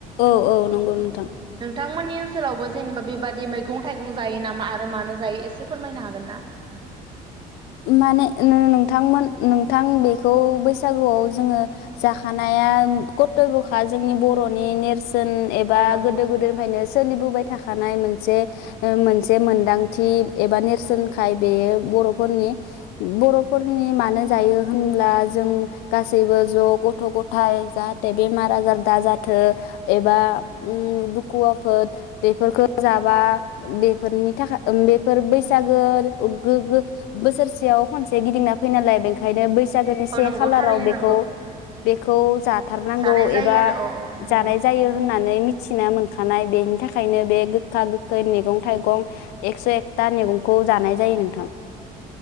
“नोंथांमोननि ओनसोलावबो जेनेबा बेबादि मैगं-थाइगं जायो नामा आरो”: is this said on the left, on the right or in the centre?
Right